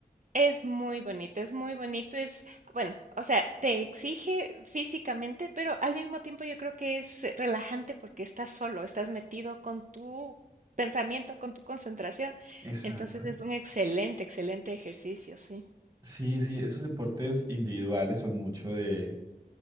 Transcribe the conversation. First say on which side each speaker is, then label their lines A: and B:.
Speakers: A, on the right (about 50°); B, on the right (about 20°).
A: Es muy bonito, es muy bonito, es bueno, o sea, te exige físicamente, pero al mismo tiempo yo creo que es eh, relajante porque estás solo, estás metido con tu pensamiento, con tu concentración.
B: Exacto.
A: Entonces es un excelente, excelente ejercicio, sí.
B: Sí, sí, esos deportes individuales son mucho de